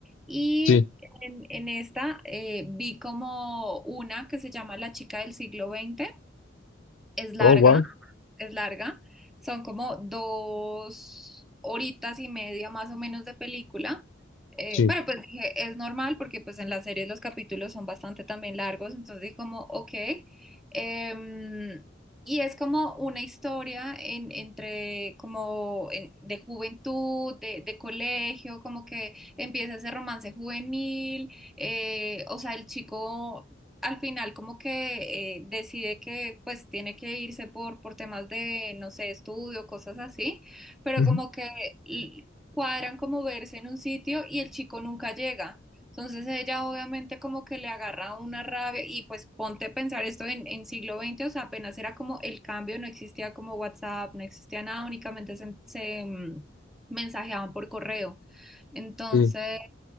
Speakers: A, in the centre; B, on the left.
A: Y
B: Sí.
A: en, en esta eh, vi como una que se llama La chica del siglo veinte, es larga,
B: Oh, wow.
A: es larga. Son como dos horitas y media más o menos de película. Eh,
B: Sí.
A: pero pues dije, es normal porque pues en las series los capítulos son bastante también largos. Entonces dije como, ok. Em, y es como una historia en- entre como en- de juventud, de, de colegio, como que empieza ese romance juvenil. eh, o sea, el chico al final como que eh, decide que pues tiene que irse por, por temas de, no sé, estudio, cosas así, pero
B: Ujú,
A: como que l- cuadran como verse en un sitio y el chico nunca llega. Entonces ella obviamente como que le agarra una rabia y pues ponte a pensar esto en, en siglo XX, o sea, apenas era como el cambio, no existía como WhatsApp, no existía nada, únicamente se, se, mm, mensajeaban por correo. Entonces...
B: Sí.